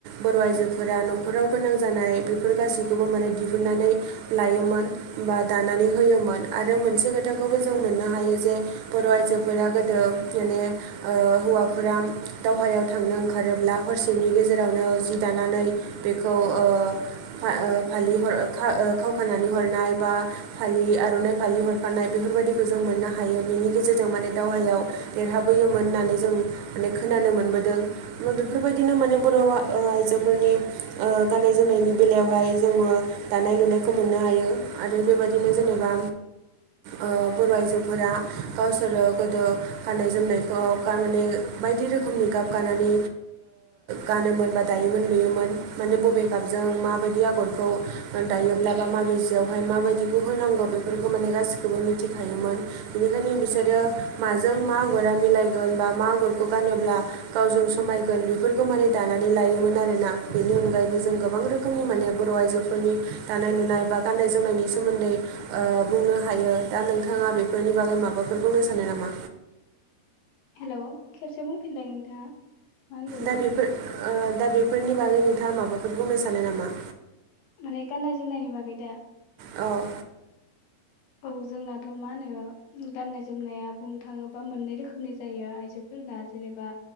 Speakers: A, on the right; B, on the left.
A: बर' आइजोफोरा न'खराव गोनां जानाय बेफोर गासैखौबो माने दिहुननानै लायोमोन बा दानानै होयोमोन आरो मोनसे खोथाखौबो जों मोननो हायो जे बर' आइजोफोरा गोदो जेने ओ हौवाफोरा दावहायाव थांनो ओंखारोब्ला- हरसेनि गेजेरावनो जि दानानै बेखौ ओ फा ओ फालि हर खा खावखानानै हरनाय बा फालि आर'नाइ फालि हरफानाय बेफोरबायदिखौ जों मोननो हायो बेनि गेजेरजों माने दावहायाव देरहाबोयोमोन होननानै जों माने खोनानो मोनबोदों। बेफोरबायदिनो माने बर' आइजोफोरनि ओ गाननाय जोमनायनि बेलायावहाय जोङो दानाय लुनायखौ मोननो हायो आरो बेबायदिनो जेनेबा ओ बर' आइजोफोरा गावसोरो गोदो गाननाय जोमनायखौ गानानै बायदि रोखोमनि गाब गनानै गानोमोन बा दायोमोन नुयोमोन। माने
B: औ
A: बबे गाबजों माबायदि आगरखौ दायोब्लाबा माबे जियावहाय माबायदिखौ होनांगौ बेफोरखौ माने गासिखौबो मिथिखायोमोन। बेनिखायनो बिसोरो माजों मा आगरा मिलायगोन बा मा आगरखौ गानोब्ला गावजों समायगोन बेफोरखौ माने दानानै लायोमोन आरोना बेनि अनगायैबो जों गोबां रोख खोमनि माने बर' आइजोफोरनि दानाय लुनाय बा गाननाय जोमनायनि सोमोन्दै बुंनो हायो दा नोंथाङा बेफोरनि बागै माबाफोर बुंनो सानो नामा‌।
B: हेल' खेबसे बुंफिनलाय नोंथाङा? मा होनदोंमोन
A: दा बेफोर दा बेफोरनि बागै नोंथाङा माबाफोर बुंनो सानो नामा?
B: माने गाननाय जोमनायनि बागै दा
A: औ।
B: औ जोंनाथ' मा होनो गाननाय जोमनाया बुंनो थाङोबा मोननै रोखोमनि जायो आइजो फोरना जेनेबा